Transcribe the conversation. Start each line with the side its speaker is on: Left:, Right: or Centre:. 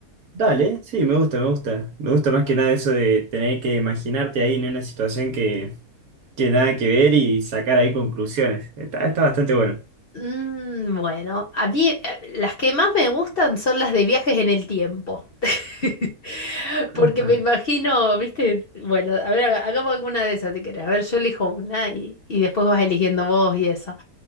Right: Dale, sí, me gusta, me gusta. Me gusta más que nada eso de tener que imaginarte ahí en una situación que tiene nada que ver y sacar ahí conclusiones. Está, está bastante bueno.
Left: Mm, bueno, a mí eh, las que más me gustan son las de viajes en el tiempo. <laughs> Porque
Right: Ah, está.
Left: me imagino, viste, bueno, a ver, haga- hagamos alguna de esas si querés. A ver, yo elijo una y, y después vas eligiendo vos y eso.